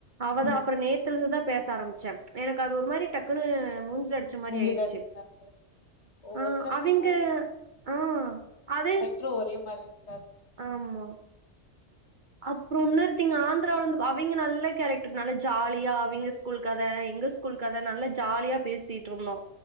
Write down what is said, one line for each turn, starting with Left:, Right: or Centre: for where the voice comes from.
Right: அவதா
Left: ம்
Right: அப்புற நேத்துல இருந்து தா பேச ஆரம்பிச்ச எனக்கு அது ஒரு மாரி டக்குன்னு மூஞ்சல அடிச் சச மாரி
Left: மூஞ்சில
Right: ஆயிருச்சு
Left: அடிச்ச மாரி பேசு ஒவ்வொருத்தர
Right: ஆ
Left: அப்டிதா
Right: அவிங்க ஆ அத
Left: மெட்ரோ ஒரே மாரி இருகா
Right: ஆமா அப்றோ இன்னொருத்தீங் ஆந்திரால இருந்து அவிங்க நல்ல கேரக்டர் நல்லா ஜாலியா அவிங்க ஸ் ஸ்கூல் கத எங்க ஸ்கூல் கத நல்லா ஜாலியா பேசிட்டு இருந்தோ